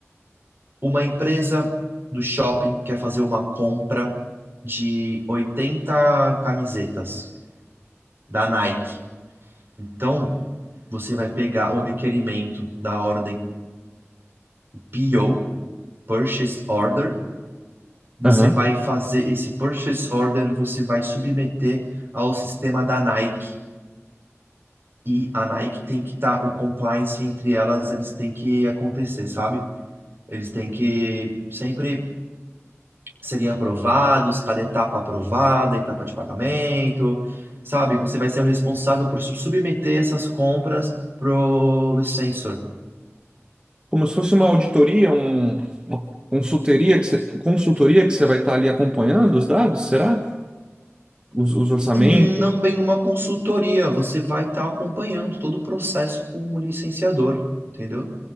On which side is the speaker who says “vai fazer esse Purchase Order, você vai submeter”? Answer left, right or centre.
Right